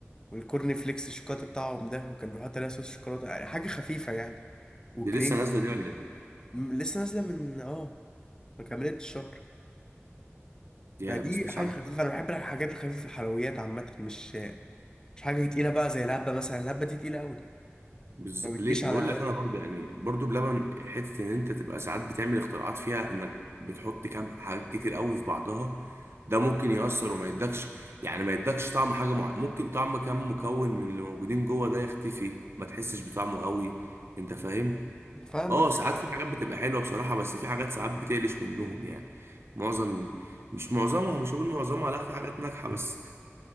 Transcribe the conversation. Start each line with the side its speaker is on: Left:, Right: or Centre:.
Left: والكورن فليكس الشوكولاتة بتاعهم ده وكان بيحط عليها صوص شوكولاتة يعني حاجة خفيفة يعني وكريمة
Right: دي لسه نازله دي ولا ايه؟
Left: م- لسه نازلة من اه ما كملتش شهر
Right: يا
Left: فدي
Right: ما سمعتش
Left: حاجة
Right: عنها
Left: خفيفة أنا بحب الحاجات الخفيفة الحلويات عامة مش مش حاجة تقيلة بقى زي الهبة مثلا الهبة دي تقيلة أوي
Right: بز...
Left: ما بتجيش
Right: ليه
Left: على
Right: بقول
Left: هواية
Right: لك انا برضو يعني برضو بلبن حته ان انت تبقى ساعات بتعمل اختراعات فيها انك بتحط كام حاجات كتير قوي في بعضها ده ممكن يأثر وما يدكش يعني ما يدكش طعم حاجه مع... ممكن طعم كام مكون من اللي موجودين جوه ده يختفي ما تحسش بطعمه قوي انت فاهم
Left: فاهمك
Right: اه ساعات في حاجات بتبقى حلوه بصراحه بس في حاجات ساعات بتقلش منهم يعني معظم مش معظمها مش هقول معظمها لا في حاجات ناجحه بس